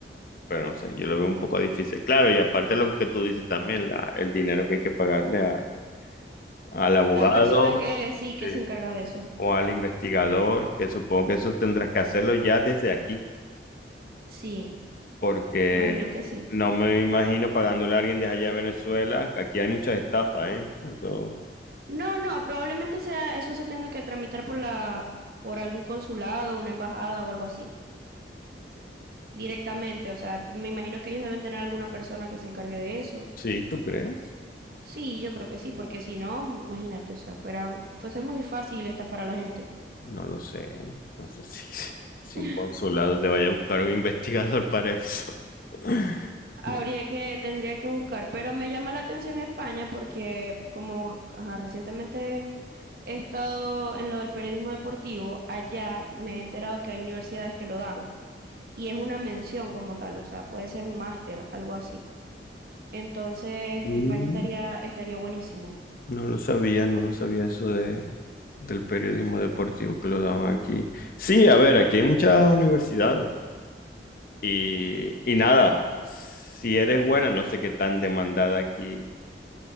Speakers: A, on the left (about 50°); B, on the right (about 55°).
A: pero no sé, yo lo veo un poco difícil. Claro, y aparte lo que tú dices también, la, el dinero que hay que pagarle a- al abogado,
B: La persona que sí, que
A: eh,
B: se encarga de eso.
A: o al investigador, que supongo que eso tendrás que hacerlo ya desde aquí.
B: Sí,
A: porque
B: me imagino que sí.
A: no me imagino pagándole a alguien de allá de Venezuela, que aquí hay muchas estafas, ¿eh? Eso,
B: No, no, probablemente sea eso se tenga que tramitar por la, por algún consulado, una embajada o algo así. Directamente, o sea, me imagino que ellos deben tener alguna persona que se encargue de eso.
A: sí, ¿tú crees?
B: Sí, yo creo que sí, porque si no, imagínate, o sea, fuera, fuese muy fácil estafar a la gente.
A: No lo sé, no sé si, <laughs> si
B: <laughs>
A: un consulado te vaya a buscar un investigador para eso. <laughs>
B: Habría
A: No,
B: que, tendría que buscar, pero me llama la atención España porque como ajá, recientemente he estado en lo del periodismo deportivo, allá me he enterado que hay universidades que lo dan y es una mención como tal, o sea, puede ser un máster, algo así. Entonces,
A: Mm,
B: España estaría, estaría buenísimo.
A: no lo sabía, no lo sabía eso de, del periodismo deportivo que lo daban aquí. Sí, a ver, aquí hay muchas universidades y, y nada, si eres buena, no sé qué tan demandada aquí